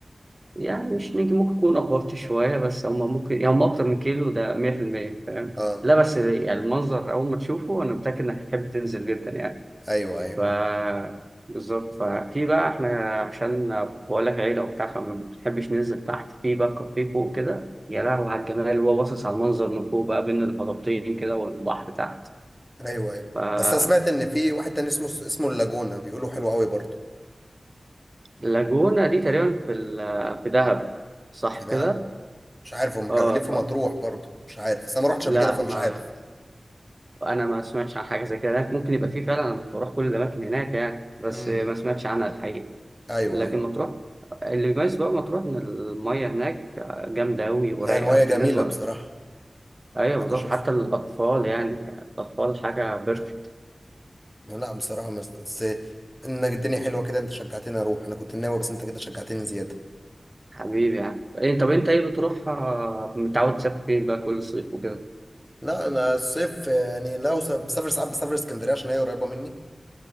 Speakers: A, on the right; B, in the centre.
A: يعني مش نجم ممكن يكون افورت شويه بس هم ممكن يعني هم اكتر من كيلو ده 100% فاهم
B: اه
A: لا بس يعني المنظر اول ما تشوفه انا متاكد انك هتحب تنزل جدا يعني
B: ايوه ايوه
A: ف بالظبط ففي بقى احنا عشان بقول لك عيله وبتاع فما بنحبش ننزل تحت في بقى كافيه فوق كده يا لهوي على الجمال وهو باصص على المنظر من فوق بقى بين الهضبتين كده والبحر تحت
B: ايوه ايوه
A: ف
B: بس انا سمعت ان في واحد تاني اسمه اسمه اللاجونا بيقولوا حلو قوي برضه
A: اللاجونة دي تقريبا في ال- في دهب صح
B: في دهب
A: كده؟
B: مش عارف هم
A: اه
B: كانوا ليه في مطروح برضه مش عارف بس انا ما رحتش
A: لا
B: قبل كده فمش
A: ما
B: عارف
A: انا ما سمعتش عن حاجه زي كده هناك ممكن يبقى فيه فعلا انا مش بروح كل الاماكن هناك يعني بس
B: امم
A: ما سمعتش عنها الحقيقه
B: ايوه
A: لكن
B: ايوه
A: مطروح اللي بيميز بقى مطروح ان الميه هناك جامده قوي ورايقه
B: لا المايه
A: بالنسبه
B: جميله بصراحه
A: ايوه
B: انا
A: بالظبط
B: بشوفها
A: حتى الاطفال يعني الاطفال حاجه بيرفكت
B: لا بصراحه مس- بس انك الدنيا حلوه كده انت شجعتني اروح انا كنت ناوي بس انت كده شجعتني زياده
A: حبيبي يعني إيه، طب انت ايه بتروح آه، متعود تسافر فين بقى كل صيف وكده
B: لا انا الصيف يعني لو س- بسافر ساعات بسافر اسكندريه عشان هي قريبه مني